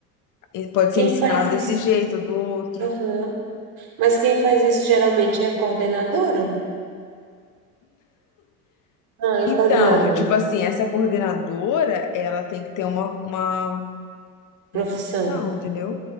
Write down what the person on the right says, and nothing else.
quem
faz
isso?
Aham. Mas quem faz isso geralmente é a coordenadora? Não, é
coordenadora.
<laughs>
Profissão.